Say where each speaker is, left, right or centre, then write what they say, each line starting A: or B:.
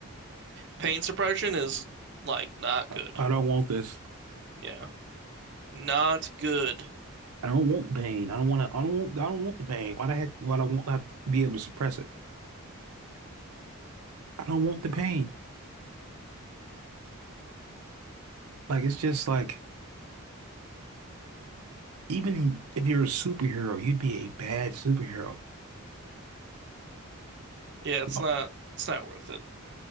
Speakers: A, on the right (about 50°); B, on the right (about 80°).
A: Pain suppression is like not
B: I,
A: good.
B: I don't want this.
A: Yeah. Not good.
B: I don't want pain. I don't want to. I don't want. I don't want the pain. Why the heck? Why do I want not be able to suppress it? I don't want the pain. Like it's just like even if you're a superhero, you'd be a bad superhero.
A: Yeah, it's
B: Oh.
A: not it's not worth it.